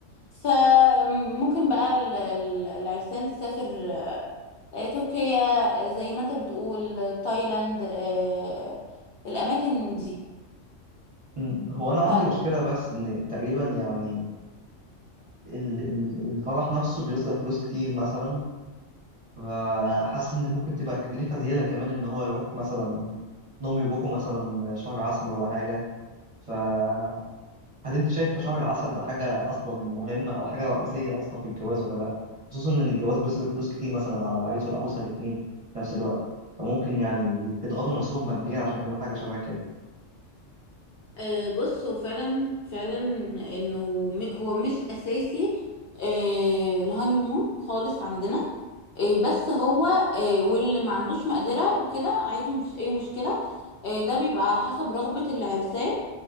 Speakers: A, on the left (about 60°); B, on the right (about 35°).
A: فممكن بقى ال- ال- العرسان تسافر آه، تركيا آه، زي ما انت بتقول آه، تايلاند آه، الأماكن دي
B: مم. هو انا عندي
A: ف
B: مشكلة بس ان تقريبا يعني ال- ال- الفرح نفسه بيصرف فلوس كتير مثلا فحاسس ان ممكن تبقى تكلفة زيادة كمان ان هو يروح مثلا انهم يروحوا مثلا شهر عسل ولا حاجة فهل انت شايف شهر العسل ده حاجة اصلا مهمة او حاجة رئيسية اصلا في الجواز ولا لا؟ خصوصا ان الجواز بيصرف فلوس كتير مثلا على العريس والعروسة الاتنين في نفس الوقت فممكن يعني يضغطوا نفسهم ماديا عشان يعملوا حاجة شبه كده.
A: آه، بص هو فعلا فعلا انه م- هو مش اساسي آه، الهانيمون خالص عندنا آه، بس هو آه، واللي ما عندوش مقدرة وكده عادي مفيش اي مشكلة آه، ده بيبقى على حسب رغبة العرسان